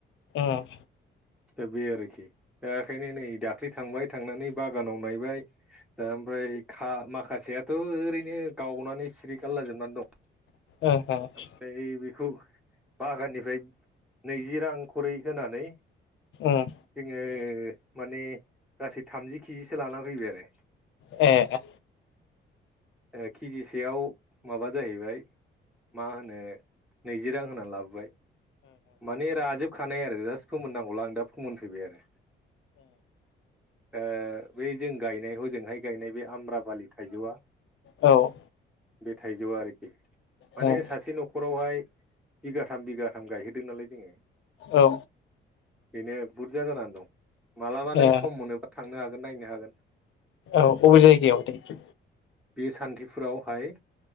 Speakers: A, on the left; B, in the centre.
A: उम
B: दा बे आरोखि दा बेखायनो नै दाख्ललि थांबाय थांनानै बागानाव नायबाय दा ओमफ्राय खा माखासेयाथ' ओरैनो गावनानै सिरि गारलाजोबनानै दं।
A: ओहो
B: आमफाय बेखौ बागाननिफ्राय नैजि रां खरि होनानै
A: उम
B: जोङो माने गासै थामजि केजिसो लाना फैबाय आरो।
A: ए
B: ओ केजिसेयाव माबा जाहैबाय <inaudible> मा होनो नैजि रां होनानै लाबोबाय माने राजोबखा नाय आरो जास फोमोन नांगौला आं दा फोमोन फैबाय आरो। ओ बे जों गायनायखौ जोंहाय गायनाय बे आम्राबालि थाइजौआ
A: ओ
B: बे थाइजौआ आरोखि। माने
A: ओहो
B: सासे न'खराव बेहाय बिगाथाम बिगाथाम गायहोदों नालाय जोङो।
A: औ
B: बेनो बहुत बुज्जा जाना दं मालाबा
A: ए
B: नों सम मोनोबा थांनो हागोन। गोन नायनो हागोन।
A: औ अबे जायगायाव <unintelligible>
B: बे सान्थिफुरावहाय